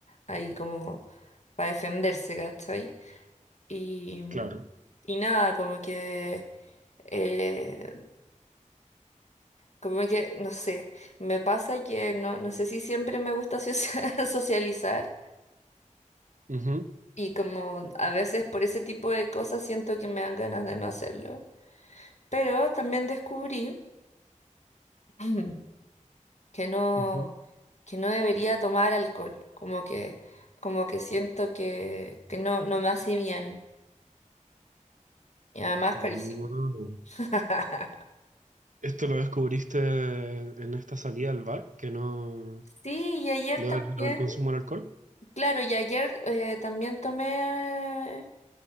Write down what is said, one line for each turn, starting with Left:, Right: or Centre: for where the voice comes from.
Left: ahí como para defenderse, ¿cachai? Y,
Right: claro.
Left: y nada, como que eh, Como que, no sé, me pasa que no, no sé si siempre me gusta socia- <laughs> socializar
Right: Ujú,
Left: y como a veces por ese tipo de cosas siento que me dan ganas de no hacerlo. Pero también descubrí <clears throat> que no,
Right: ujú.
Left: que no debería tomar alcohol, como que, como que siento que, que no, no me hace bien y además
Right: Mm.
Left: carísimo. <laughs>
Right: Esto lo descubriste en esta salida al bar, que no.
Left: Sí, y ayer
Right: Lo,
Left: también,
Right: del lo del consumo del alcohol.
Left: claro, y ayer eh, también tomé